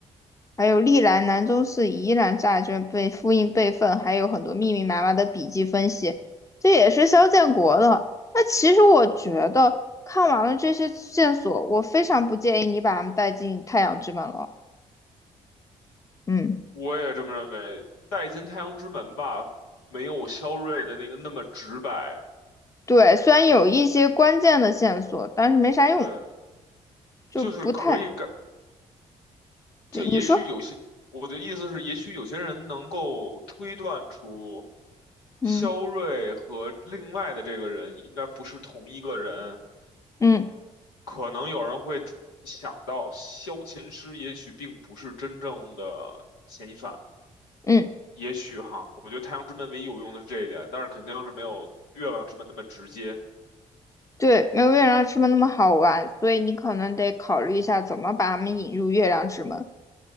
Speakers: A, on the left (about 20°); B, on the left (about 80°).
A: 还有历来南中市疑难债券被复印备份，还有很多密密麻麻的笔记分析，这也是肖建国的。那其实我觉得看完了这些线索，我非常不建议你把他们带进太阳之门了。嗯，
B: 我也这么认为，《带进太阳之门》吧，没有肖瑞的那个那么直白，
A: 对，虽然有一些关键的线索，但是没啥用，
B: 对，
A: 就不太，
B: 就是可以感，
A: 对，
B: 就也许有些，
A: 你说，
B: 我的意思是，也许有些人能够推断出。
A: 嗯
B: 肖瑞和另外的这个人应该不是同一个人，
A: 嗯
B: 可能有人会想到萧琴师也许并不是真正的嫌疑犯，
A: 嗯，
B: 也许哈，我觉得太阳之门唯一有用的是这一点，但是肯定是没有月亮之门那么直接。
A: 对，没有月亮之门那么好玩，所以你可能得考虑一下怎么把他们引入月亮之门。